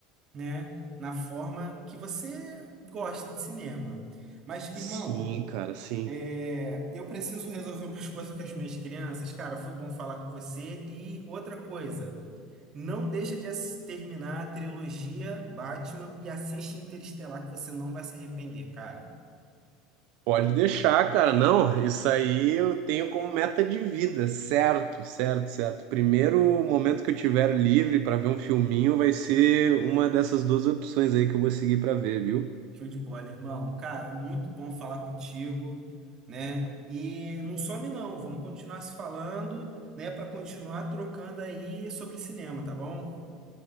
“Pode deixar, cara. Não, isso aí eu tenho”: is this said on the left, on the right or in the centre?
Right